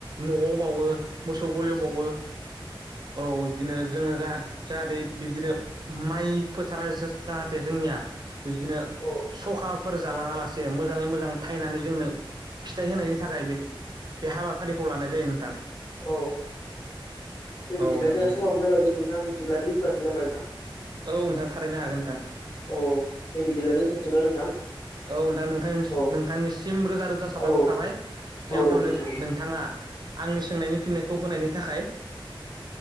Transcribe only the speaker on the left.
औ
औ दे बिदिब्ला
जोंहा
समाबो जाबायमोन नोंथां बिदिब्ला दोथ'सै नामा नोंथां
औ दे बिदिब्ला दोनथ'सै ना नोंथां
औ
औ
औ